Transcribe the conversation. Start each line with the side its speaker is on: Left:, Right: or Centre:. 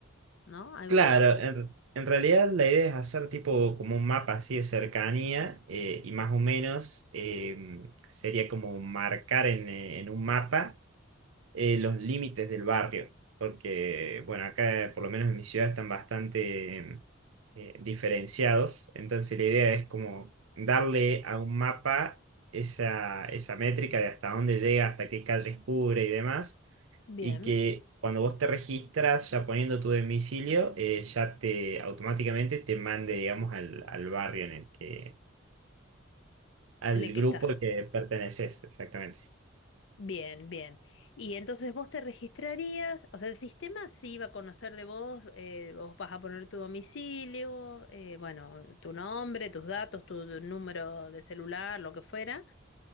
Left: ¿no? Algo
Right: claro,
Left: de eso.
Right: en, en realidad la idea es hacer tipo como un mapa así de cercanía eh, y más o menos eh, sería como marcar en, eh, en un mapa. eh, los límites del barrio, porque, bueno, acá por lo menos en mi ciudad están bastante eh, diferenciados, entonces la idea es como darle a un mapa esa, esa métrica de hasta dónde llega, hasta qué calles cubre y demás,
Left: Bien,
Right: y que cuando vos te registras ya poniendo tu domicilio, eh, ya te automáticamente te mande, digamos, al, al barrio en el que, al
Left: en el que
Right: grupo
Left: estás.
Right: al que perteneces, exactamente.
Left: Bien, bien. Y entonces vos te registrarías, o sea, el sistema sí va a conocer de vos, eh, vos vas a poner tu domicilio, eh, bueno, tu nombre, tus datos, tu número de celular, lo que fuera.